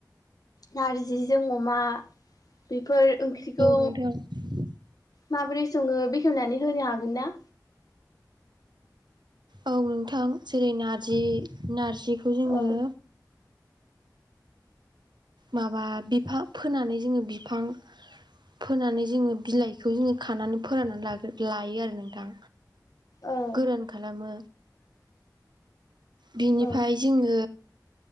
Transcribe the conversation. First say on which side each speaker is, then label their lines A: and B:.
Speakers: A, on the left; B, on the right.
A: नारजिजों अमा बेफोर ओंख्रिखौ
B: नोंथां औ
A: माबोरै सङो बेखेवनानै होनो हागोन ना
B: औ नोंथां जेरै नारजि नारजिखौ जोङो
A: औ
B: माबा बिफां फोनानै जोङो बिफां फोनानै जोङो बिलाइखौ जोङो खानानै फोराननानै लागो लायो आरो नोंथां
A: औ
B: गोरान खालामो बिनिफाय
A: औ
B: जोङो